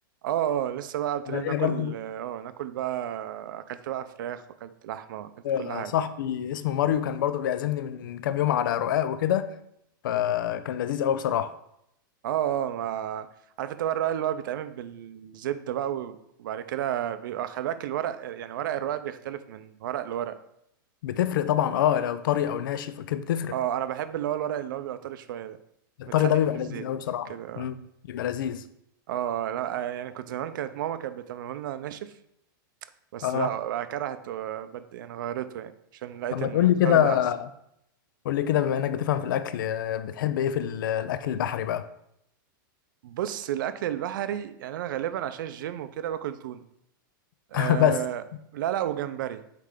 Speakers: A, on the right (about 65°); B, on the left (about 70°).
A: اه اه لسه بقى ابتدينا
B: انا ليا
A: ناكل
B: برضو
A: اه ناكل بقى اكلت بقى فراخ واكلت لحمه واكلت
B: آه،
A: كل حاجه
B: صاحبي اسمه ماريو كان برضو بيعزمني من كام يوم على رقاق وكده فكان لذيذ قوي بصراحه
A: اه اه ما عارف انت بقى الرق اللي هو بيتعمل بالزبده بقى وبعد كده بيبقى خلي بالك الورق يعني ورق الرق بيختلف من ورق لورق
B: بتفرق طبعا اه لو طري او ناشف اكيد بتفرق
A: اه اه انا بحب اللي هو الورق اللي هو بيبقى طري شويه ده
B: الطري
A: متسقي
B: ده بيبقى
A: في الزيت
B: لذيذ قوي بصراحه
A: كده اه
B: امم بيبقى لذيذ
A: اه لا يعني كنت زمان كانت ماما كانت بتعمله لنا ناشف بس
B: اه
A: لا بقى كرهت وبد يعني غيرته يعني عشان لقيت
B: طب ما
A: ان
B: تقول لي
A: الطري
B: كده
A: ده احسن
B: قول لي كده بما انك بتفهم في الاكل آه، بتحب ايه في ال- الاكل البحري بقى
A: بص الاكل البحري يعني انا غالبا عشان الجيم وكده باكل تونه أه
B: <laughs> بس
A: لا لا وجمبري